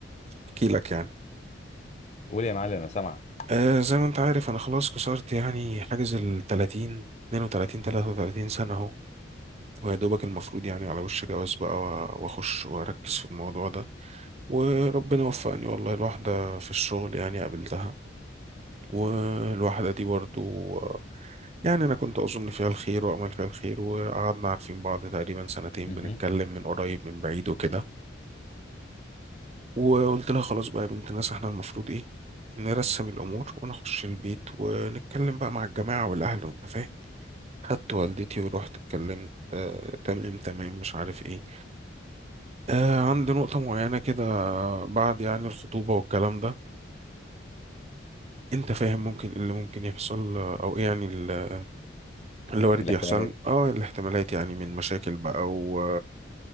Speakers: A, on the right; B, on the left.
A: احكي لك يعني
B: قول يا معلم انا سامعك
A: آه زي ما انت عارف انا خلاص كسرت يعني حاجز ال 30 32 33 سنه ويا دوبك المفروض يعني على وش جواز بقى و- واخش واركز في الموضوع ده وربنا وفقني والله الواحدة في الشغل يعني قابلتها والواحدة دي برضو يعني انا كنت اظن فيها الخير وامل فيها الخير وقعدنا عارفين بعض تقريبا سنتين
B: مهم.
A: بنتكلم من قريب من بعيد وكده وقلت لها خلاص بقى يا بنت الناس احنا المفروض ايه نرسم الامور ونخش البيت ونتكلم بقى مع الجماعة والاهل وانت فاهم خدت والدتي ورحت اتكلمت آه، تمام تمام مش عارف ايه آه عند نقطة معينة كده بعد يعني الخطوبة والكلام ده انت فاهم ممكن ايه اللي ممكن يحصل آه، او ايه يعني ال- اللي وارد
B: الاحتمالات
A: يحصل اه الاحتمالات يعني من مشاكل بقى و...